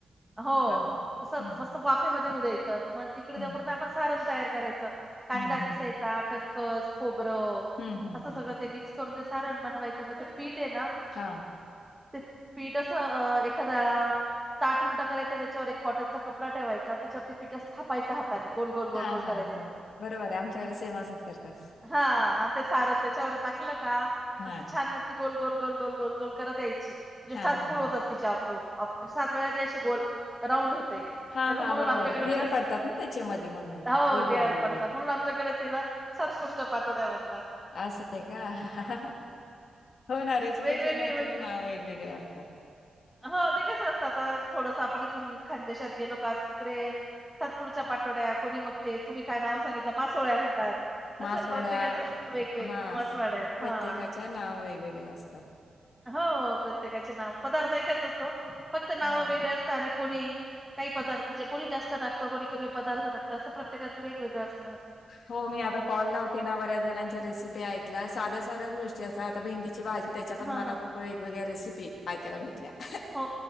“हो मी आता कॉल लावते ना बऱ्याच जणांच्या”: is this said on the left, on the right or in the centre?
Left